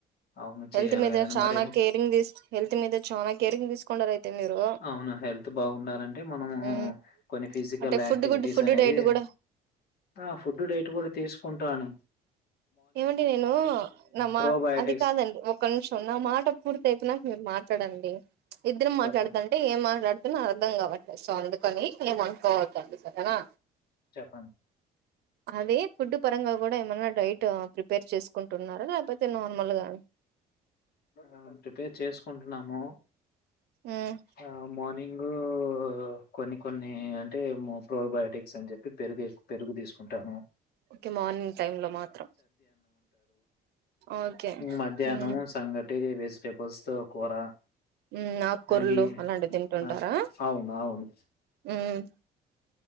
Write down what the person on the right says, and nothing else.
హెల్త్ మీద
చనా
కేరింగ్ తిస్ హెల్త్ మీద చానా కేరింగ్ తీసుకుంటారు అయితే మీరు
మ్మ్
అంటే ఫుడ్
గుడ్
ఫుడ్
డైట్ కూడా
ఏవండి నేను నా మాట్
అది కాదండి ఒక్క నిమీషం నా మాట పూర్తయిపో నాక మీరు మాట్ డండి ఇద్దరం మాట్లాడుతంటే
ఏం మాట్లా ద్ అర్ధం కావట్లేదు సో అందుకని ఏమనుకోవదండి సరేనా
అధీ ఫుడ్ పరంగా గూడా ఏమైన్నా డైట్ ప్రిపేర్ చేస్కుంటున్నారా లేపోతే నార్మల్ గా
మ్మ్
కి మార్నింగ్ టైమ్ లో మాత్రం ఓకే
మ్మ్
ఉమ్ ఆకుకూరలు
అలాంటివి తింటుంటారా
ఉమ్